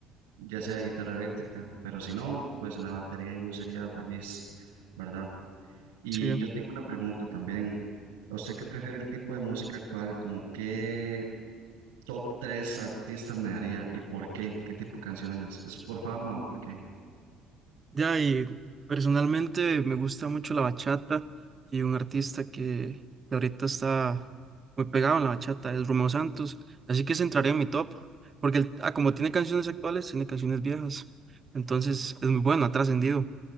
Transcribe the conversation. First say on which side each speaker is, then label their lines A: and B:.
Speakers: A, on the right (about 80°); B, on the right (about 30°).
A: ya sea guitarra eléctrica, pero si no, pues en la batería yo sería feliz, ¿verdad? Y
B: sí.
A: yo tengo una pregunta también. ¿A usted qué prefiere el tipo de música actual? ¿Como qué Top tres artistas me daría. ¿Y por qué? ¿Qué tipo de canciones? ¿Es por fama o por qué?
B: De ahí, personalmente me gusta mucho la bachata y un artista que, que ahorita está muy pegado en la bachata es Romeo Santos, así que se entraría en mi top, porque él- ah, como tiene canciones actuales, tiene canciones viejas, entonces es muy bueno, ha trascendido.